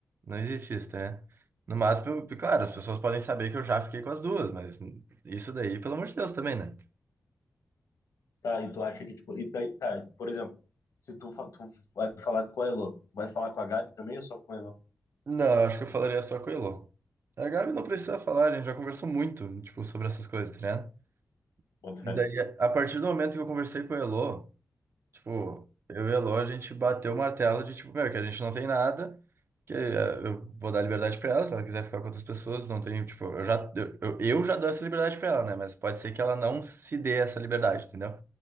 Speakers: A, on the right; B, on the left.
A: não existe isso, tá ligado? No máximo, eu- claro, as pessoas podem saber que eu já fiquei com as duas, mas isso daí, pelo amor de Deus, também, né?
B: Tá, e tu acha que, tipo, e tá, e tá, por exemplo, se tu, fa- tu vai falar com a Elo, tu vai falar com a Gabi também ou só com a Elo?
A: Não, acho que eu falaria só com o Elô. A Gabi não precisa falar, a gente já conversou muito, tipo, sobre essas coisas, tá ligado?
B: Bota
A: E
B: fé.
A: daí, a partir do momento que eu conversei com o Elô, Tipo, eu e a Lô, a gente bateu o martelo de, tipo, meu, que a gente não tem nada, que eh, eu vou dar liberdade pra ela, se ela quiser ficar com outras pessoas, não tem, tipo, eu já, eu, eu eu já dou essa liberdade pra ela, né? Mas pode ser que ela não se dê essa liberdade, entendeu?